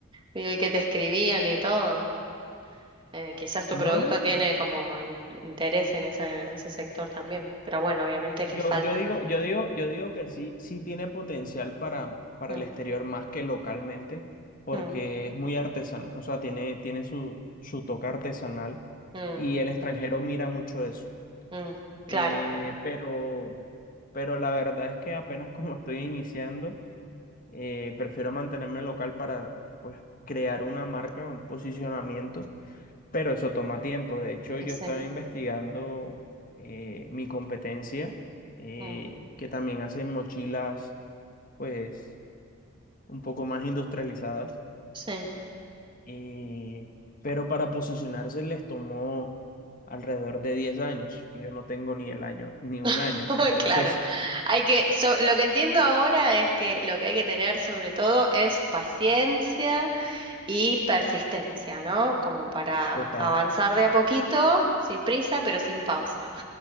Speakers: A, on the right (about 25°); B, on the left (about 40°).
A: digo, y que te escribían y todo. Eh, quizás tu
B: No,
A: producto tiene como in- interés en esa, en ese sector también. Pero bueno, obviamente que
B: Yo,
A: falta.
B: yo digo, yo digo, yo digo que sí, sí tiene potencial para, para
A: Mm,
B: el exterior más que localmente, porque
A: mm,
B: es muy artesanal, o sea, tiene, tiene su, su toque artesanal
A: mm,
B: y el extranjero mira mucho eso.
A: mm. Claro.
B: Eh, pero, pero la verdad es que apenas <laughs> como estoy iniciando, eh, prefiero mantenerme local para pues, crear una marca, un posicionamiento pero eso toma tiempo. De hecho,
A: Y
B: yo
A: sí.
B: estaba investigando eh, mi competencia, eh,
A: mm,
B: que también hacen mochilas, pues, un poco más industrializadas.
A: sí.
B: eh, pero para posicionarse les tomó alrededor de 10 años. Y yo no tengo ni el año, ni un
A: <laughs>
B: año. Entonces,
A: Claro, hay que, so- lo que entiendo ahora es que lo que hay que tener sobre todo es paciencia y persistencia, ¿no? Como para
B: total.
A: avanzar de a poquito, sin prisa, pero sin pausa.